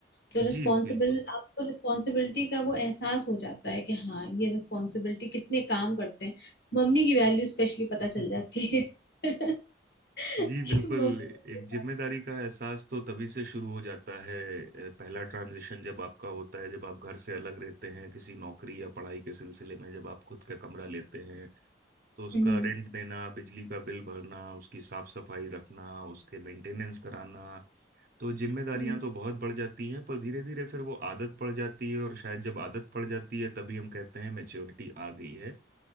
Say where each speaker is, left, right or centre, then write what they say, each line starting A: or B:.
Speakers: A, on the left; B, on the right.
A: तो रिस्पॉन्सिबल
B: जी बिल्कुल
A: आपको रिस्पॉन्सिबिलिटी का वो एहसास हो जाता है कि हाँ ये रिस्पॉन्सिबिलिटी कितने काम करते हैं मम्मी की वैल्यू स्पेशली पता
B: <laughs>
A: चल जाती है <laughs> कि
B: जी बिल्कुल
A: मम्मी
B: एक जिम्मेदारी का एहसास तो तभी से शुरू हो जाता है अ, पहला ट्रांजिशन जब आपका होता है जब आप घर से अलग रहते हैं किसी नौकरी या पढ़ाई के सिलसिले में जब आप खुद का कमरा लेते हैं तो उसका
A: हम्म
B: रेंट देना बिजली का बिल भरना उसकी साफ सफाई रखना उसके मेंटेनेंस कराना तो जिम्मेदारियां
A: हम्म
B: तो बहुत बढ़ जाती हैं पर धीरे धीरे फिर वो आदत पड़ जाती है और शायद जब आदत पड़ जाती है तभी हम कहते हैं मैच्योरिटी आ गई है